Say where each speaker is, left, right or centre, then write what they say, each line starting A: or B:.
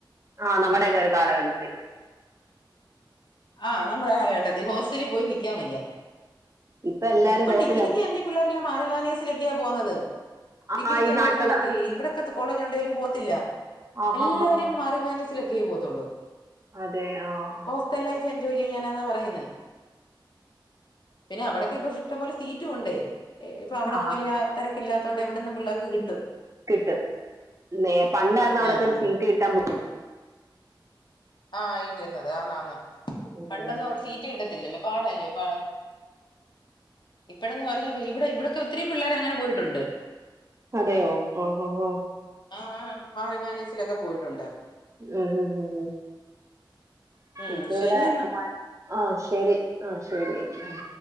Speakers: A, on the right; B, on the left.
A: ആഹ് നമ്മുടെയൊക്കെ ഒരു കാലഘട്ട് ത്തി-
B: ആഹ് ന്നമ്മടെ കാലഘട്ടത്തി ഹോസ്റ്റലി പോയി ന്നിക്കാൻ വയ്യ.
A: ഇപ്പൊ എല്ലാരും
B: ഇപ്പം
A: ഹോസ്റ്റല
B: ഡിഗ്രിക്ക്‌ എനെ ഈ പിള്ളേരെല്ലാം മാറി വാനിയസിലൊക്കെയാ പോന്നത്.
A: ആഹ്
B: ഡിഗ്രിക്കെനെ
A: ഈ നാട്ടിലുള്ള
B: ഇവിട്ന്നൊക്കെ ഇവിടൊക്കെത്തെ കോളേജുണ്ടെലും പോവത്തില്ല
A: ആഹ്
B: എല്ലാരും
A: ആഹ് ആഹ്
B: മാറി മാനിസ് സിലൊക്കെ പോത്തുള്ളൂ.
A: അതെ ആഹ്
B: ത്തൻ ലൈഫ് എൻജോയ് ചെയ്യാനാന്നാ പറയുന്നേ പിനെ അവടെക്കെ ഇപ്പോ ഇഷ്ടംപോലെ സീറ്റ്- റ്റുംണ്ടേ ഇപ്പ അവടെങ്ങും
A: ആഹ്
B: വെൽയ തെരക്കില്ലാതോണ്ട് എവിടന്നും പിള്ളേർക്ക് കിട്ടും.
A: കിട്ടും നേ പണ്ടാരുന്നു അവിടൊക്കൊരു
B: ആഹ് ആഹ്
A: സീറ്റ് കിട്ടാൻ ബു
B: ആഹ് ആയിര്ന്ന് അതാന്നാന്ന്
A: ഉം
B: പണ്ടൊന്നും അവിടെ സീറ്റ് കിട്ടത്തില്ലല്ലോ പാടല്ലോ പ ഇപ്പഴന്ന് പറഞ്ഞ ഇവിടെ ഇവിടൊക്കെ ഒത്തിരീം പിള്ളേരങ്ങനെ പോയിട്ടുണ്ട്
A: അതെയോ ഓഹോഹോ
B: ആഹ് ആഹ് ആഹ് മാർ ഇവാനീസിലൊക്കെ പോയിട്ടുണ്ട്
A: ഹാ ഹാ ഹാ
B: ഉം
A: ഇപ്പവ്ടെ
B: ശരിയെന്നാ
A: <unintelligible> ആഹ് ശെരി ആഹ് ശരിയങ്കി
B: ഉം